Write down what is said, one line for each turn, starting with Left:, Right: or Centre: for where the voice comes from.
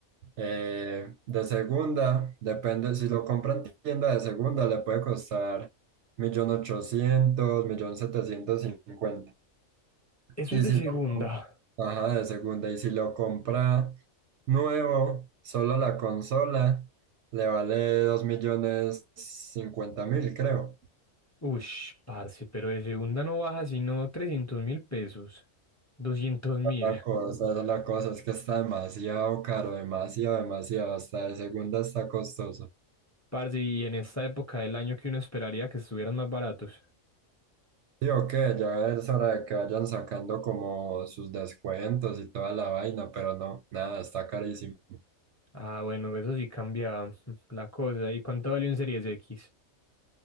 Right: Eh, de segunda, depende, si lo compra en tienda de segunda le puede costar millón millón ochocientos millón setecientos cincuenta
Left: Eso
Right: Y
Left: es de
Right: si
Left: segunda.
Right: lo, com- ajá, de segunda, y si lo compra nuevo, solo la consola, le vale 2.050.000 creo.
Left: Ush, parce, pero de segunda no baja sino trescientos mil pesos. doscientos mil.
Right: La cosa, esa es la cosa, es que está demasiado caro, demasiado, demasiado, hasta de segunda está costoso.
Left: Parce, y en esta época del año que uno esperaría que estuvieran más baratos.
Right: Sí, ok, ya es hora de que vayan sacando como sus descuentos y toda la vaina, pero no, nada, está carísimo.
Left: Ah, bueno, eso sí cambia <laughs> la cosa. ¿Y cuánto valió en Series X?